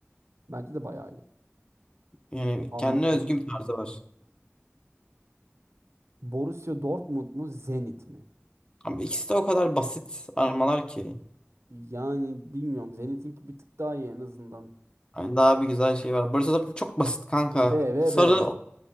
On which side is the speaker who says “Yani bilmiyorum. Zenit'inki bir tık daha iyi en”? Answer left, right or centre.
Right